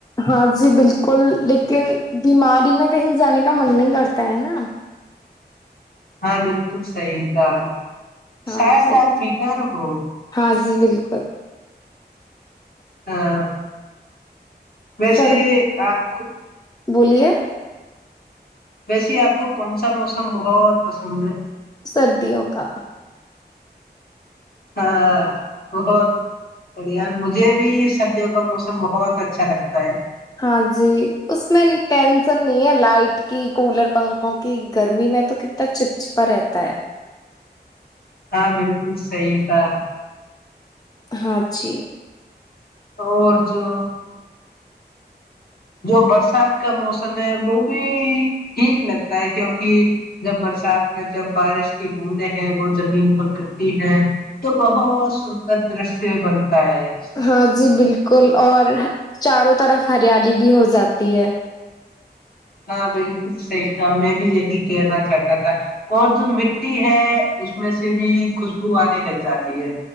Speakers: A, on the left; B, on the left.
A: ہاں جی بالکل لیکن بیماری میں کہیں جانے کا من نہیں کرتا ہے نا
B: ہاں بالکل صحیح کا
A: ہاں
B: شاد
A: جی
B: آ بینار ہو
A: ہاں جی بالکل
B: ہاں بسیے
A: سر
B: ایک
A: بولیے
B: ویسے آپ کو کون سا موسم بہت پسند ہے
A: سردیوں کا
B: ہاں بہت بڑھیا مجھے بھی سردیوں کا موسم بہت اچھا لگتا ہے
A: ہاں جی اس میں ٹینسن نہیں ہے لائٹ کی کولر پنکھوں کی گرمی میں تو کتنا چپچپا رہتا ہے
B: ہاں بالکل صحیح تھا
A: ہاں جی
B: اور جو جو برسات کا موسم ہے وہ بھی ٹھیک لگتا ہے کیونکہ جب برسات میں جب بارش کی بوندیں ہیں وہ زمین پر گرتی ہیں تو بہت سندر درشیہ بنتا ہے
A: ہاں جی بالکل بالکل اور چاروں طرف ہریالی بھی ہو جاتی ہے
B: ہاں بالکل صحیح کہ میں بھی یہی کہنا چاہتا تھا اور جو مٹی ہے اس میں سے بھی خوشبو آنے لگ جاتی ہے